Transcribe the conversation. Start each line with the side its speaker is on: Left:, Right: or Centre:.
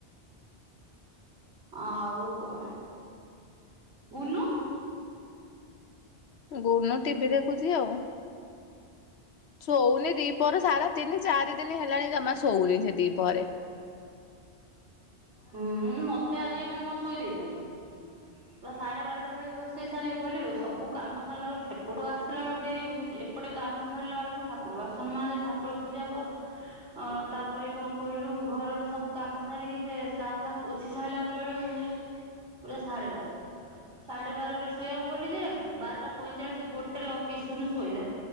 Right: ଆଉ କଣ ଗୁନୁ
Left: ଗୁନୁ ଟିଭିି ଦେଖୁଛି ଆଉ ଶୋଉନି ଦିପହର ସାରା ତିନି ଚାରି ଦିନ ହେଲାଣି ଜମା ଶୋଉନି ସେ ଦିପହରେ।
Right: ହୁଁ ମତେ ଆଜି ଏମାନେେ କଣ ଶୋଇ ଦେଇେଇଛନ୍ତି ବା ସାଢେ ବାରଟା ବେଳେ ରୋଷେଇ ସାରିକି ଗଲି ସବୁ କାମ ସାରିଲା ବେଳ ସେପଟୁ ଆସିଲା ବେଳକୁ ଡେରି ହଉଛି ଏପଟେ କାମ ସାରିଲା ବେଳକୁ ଠାକୁର ବାସନ ମାଯେ ଠାକୁର ପୂଜା କର ତାପରେ କଣ କହିଲୁ ଘରର ସବୁ କାମ ସାରିକି ସେ ଫ୍ଲାପ ଫ୍ଲାପ ପଛି ସାରିଲା ବେଳକୁ ପୁରା ସାଢେ ବାର ସାଢେ ବାରରେ ଶୋଇବାକୁ ଗଲି ଯେ ବାରଟା ପଇଁଚାଳିଶ ଗୋଟେରେ କିଶୋର ଶୋଇଲା